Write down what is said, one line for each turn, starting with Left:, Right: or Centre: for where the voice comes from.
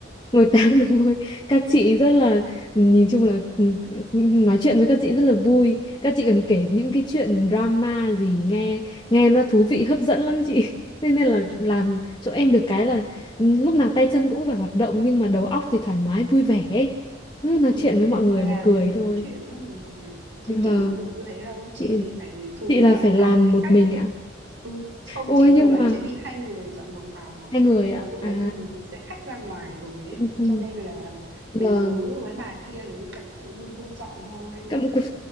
Left: Ngồi tám đúng rồi. Các chị rất là nhìn chung là ừ, nói chuyện với các chị rất là vui. Các chị còn kể những cái chuyện drama gì nghe nghe nó thú vị hấp dẫn lắm chị. <laughs> Nên nên là làm chỗ em được cái là ừ, lúc nào tay chân cũng phải hoạt động nhưng mà đầu óc thì thoải mái vui vẻ. ấy. Cứ nói
Right: Ừ
Left: chuyện
Right: đấy,
Left: với
Right: em
Left: mọi
Right: vừa
Left: người
Right: làm
Left: là cười
Right: lại vừa
Left: thôi.
Right: nói chuyện nữa, buồn cười. Chứ
Left: Vâng,
Right: chị có được như thế đâu, chị
Left: chị
Right: thì phải chú
Left: chị là
Right: dọn
Left: phải làm
Right: phòng với
Left: một
Right: khách.
Left: mình ạ.
Right: Ừ, không
Left: Ôi
Right: chị
Left: nhưng
Right: thường là
Left: mà
Right: chị đi hai người dọn một phòng
Left: hai người
Right: nhưng
Left: ạ.
Right: mà lúc
Left: À
Right: đấy thì thường sẽ khách ra ngoài rồi ấy
Left: cũng không.
Right: cho nên là
Left: Vâng.
Right: mình cứ với bà kia thì cứ cặm cụi lui hui dọn thôi
Left: Cặm cụi.